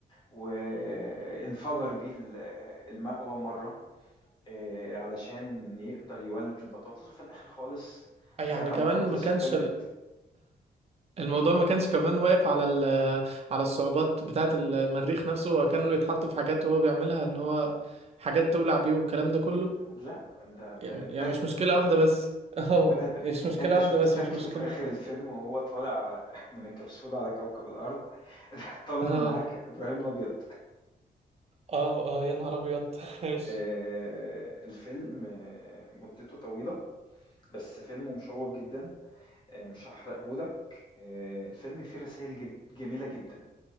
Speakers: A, on the left; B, on the right.
A: وانفجر بيه ال- المأوى مرة آه، علشان يقدر يولد البطاطس وفي الاخر خالص
B: يعني
A: زرع
B: كمان
A: بطاطس
B: ما كانش
A: وطلعت
B: ال- الموضوع ما كانش كمان واقف على ال على الصعوبات بتاعة المريخ نفسه هو كان بيتحط في حاجات وهو بيعملها ان هو حاجات تولع بيه والكلام ده كله
A: لا ده ده
B: يعني
A: اتبهدل
B: يعني مش مشكلة واحدة بس <laughs> اه
A: اتبهدل
B: مش مشكلة
A: انت
B: واحدة
A: شوف
B: بس
A: شكله
B: مش مشكلة
A: في اخر الفيلم وهو طالع <laughs> من الكبسولة على كوكب الارض <laughs> طالع
B: اه
A: من عركة ابراهيم الابيض
B: اه اه يا نهار ابيض <laughs> ماشي
A: آه، الفيلم آه، مدته طويلة بس فيلم مشوق جدا آه، مش هحرقهولك آه، الفيلم فيه رسائل جد- جميلة جدا